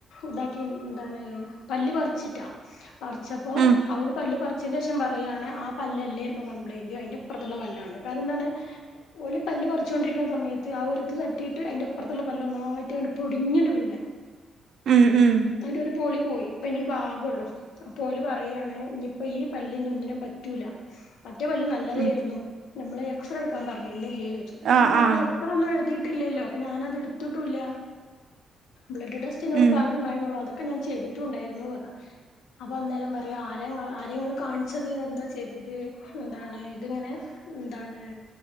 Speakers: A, on the left; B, on the right.
A: ഇതാക്കി എന്താണ് പല്ല് പറിച്ചിട്ടാ പറിച്ചപ്പോ
B: ഉം
A: ആ ഒരു പല്ല് പറിച്ചതിന്റെ ശേഷം പറയാണ് പല്ല് അല്ലേ കംപ്ലയിന്റ് അതിന്റെ ഇപ്രത്തുള്ള പല്ലാണ് കാരണം എന്താണ് ഓല് പല്ല് പറിച്ചുകൊണ്ടിരിക്കുന്ന സമയത്ത് ആ ഒരുത് തട്ടിട്ട് അതിന്റെ ഇപ്പറത്തുള്ള പല്ല് ഒന്നായിട്ട് പൊടിഞ്ഞിങ്ങട്ട് വീണ്
B: ഉം ഉം
A: അയിന്റെ ഒരു പൊളി പോയി പയിന്റെ വാകൊള്ളൂ അപ്പോ ഓല് പറയാണ് ഇഞ്ഞിപ്പോ ഈ പല്ല് ഇനിഒന്നിനും പറ്റൂല മറ്റേ പല്ല് നല്ലതായിരുന്നു
B: ഉം
A: നമ്മളെ എക്സ്റേ എടുക്കാൻ പറഞ്ഞിരുന്നില്ലേ ചോദിച്ചു ഞാൻ
B: ആഹ്
A: പറഞ്ഞു
B: ആഹ്
A: നിങ്ങ റേ ഒന്നും എഴുതിയിട്ടില്ലല്ലോ അപ്പൊ ഞാനത് എടുത്തിട്ടൂല്ല ബ്ലഡ് ടെസ്റ്റ് എന്നോട്
B: ഉം
A: ണ്ട എന്നുള്ളൂ അതൊക്കെ ഞാൻ ചെയ്തിട്ടുണ്ടായിരുന്നു പറഞ്ഞു. അപ്പൊ അന്നേരം പറയാ ആര ആരെയാ നിങ്ങള് കാണിച്ചത് എന്താ ചെയ്തത് എന്താണ് ഇതിങ്ങനെ എന്താണ്